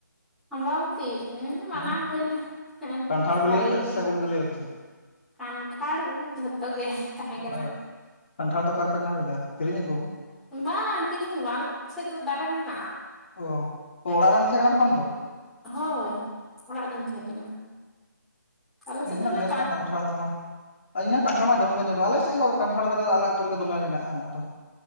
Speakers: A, in the centre; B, on the left.
A: ᱟᱢᱵᱟᱵᱚᱛᱤ ᱦᱮ ᱢᱟᱱᱟᱣ
B: ᱦᱩᱸ
A: ᱦᱩᱭᱱᱟ ᱦᱮᱸ
B: ᱠᱟᱱᱴᱷᱟᱲ ᱵᱤᱞᱤ
A: ᱵᱷᱟᱜᱤ ᱜᱮ
B: <unintelligible>
A: ᱠᱟᱱᱴᱷᱟᱲ ᱩᱞ ᱡᱷᱚᱛᱚ ᱜᱮ ᱛᱟᱦᱮᱸ ᱠᱟᱱᱟ
B: ᱟᱨ ᱠᱟᱱᱴᱷᱟᱲ ᱫᱚ ᱚᱠᱟᱨᱮᱯᱮ ᱧᱟᱢ ᱞᱮᱫᱟ ᱠᱤᱨᱤᱧ ᱟᱹᱜᱩ
A: ᱵᱟᱝ ᱠᱤᱨᱤᱧ ᱫᱚ ᱵᱟᱝ ᱟᱞᱮ ᱥᱮᱫ ᱫᱚ ᱫᱟᱨᱮ ᱢᱮᱱᱟᱜᱼᱟ
B: ᱚ ᱚ ᱚᱲᱟᱜ ᱨᱮᱢ ᱛᱟᱦᱮᱸ ᱠᱟᱱᱟ ᱛᱚᱠᱷᱚᱱ ᱫᱚ?
A: ᱦᱳᱭ ᱚᱲᱟᱜ ᱨᱤᱧ ᱛᱟᱦᱮᱸ ᱠᱟᱱᱟ ᱟᱞᱮ ᱥᱮᱫ
B: ᱤᱧ
A: ᱫᱚ
B: ᱢᱟ
A: ᱚᱱᱮ
B: ᱱᱮᱥ ᱢᱟ ᱠᱟᱱᱴᱷᱟᱲ ᱢᱟ ᱤᱧᱦᱚᱸ ᱠᱟᱱᱴᱷᱟᱲ ᱢᱟ ᱡᱚᱢ ᱵᱟᱹᱧ ᱡᱚᱢ ᱠᱟᱫᱟ ᱟᱞᱮ ᱥᱮᱫ ᱦᱚ ᱠᱟᱱᱴᱷᱟᱲ ᱫᱟᱨᱮ ᱟᱞᱮ ᱟᱛᱳ ᱨᱮᱜᱮ ᱫᱚᱢᱮ ᱢᱮᱱᱟᱜ ᱟ ᱟᱫᱚ